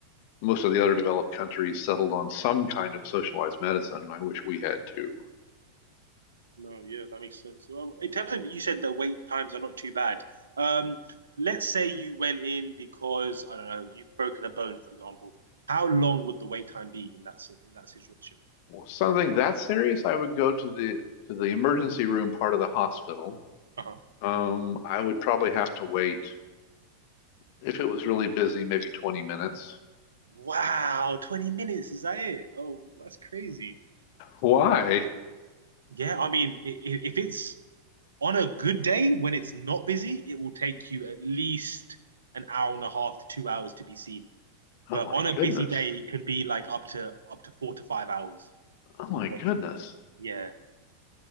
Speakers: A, on the left (about 45°); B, on the right (about 70°).
A: most
B: Uh-huh.
A: of the other developed countries settled on some kind of socialized medicine, and I wish we had too.
B: No, yeah, that makes sense. Um, in terms of you said the wait times are not too bad. Um, let's say you went in because I don't know you've broken a bone, for example. How long would the wait time be in that si- in that situation?
A: Well, something that serious, I would go to the to the emergency room part of the hospital.
B: Uh-huh.
A: Um, I would probably have to wait if it was really busy, maybe 20 minutes.
B: Wow, 20 minutes, is that it? Oh, that's crazy.
A: Why?
B: Yeah, I mean, i- i- if it's on a good day when it's not busy, it will take you at least an hour and a half to two hours to be seen.
A: Oh
B: But
A: my
B: on a
A: goodness.
B: busy day, it can be like up to up to four to five hours
A: Oh my
B: waiting.
A: goodness.
B: Yeah.